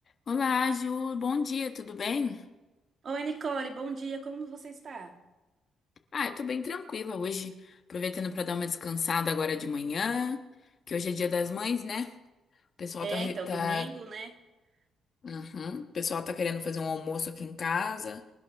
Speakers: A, on the left; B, on the right.
A: Olá, Ju. Bom dia, tudo bem?
B: Oi, Nicole, bom dia, como você está?
A: Ah, eu tô bem tranquila hoje. Aproveitando pra dar uma descansada agora de manhã, que hoje é dia das mães, né? O pessoal
B: É,
A: tá, re-
B: então,
A: tá...
B: domingo, né? <laughs>
A: Uhum. O pessoal tá querendo fazer um almoço aqui em casa.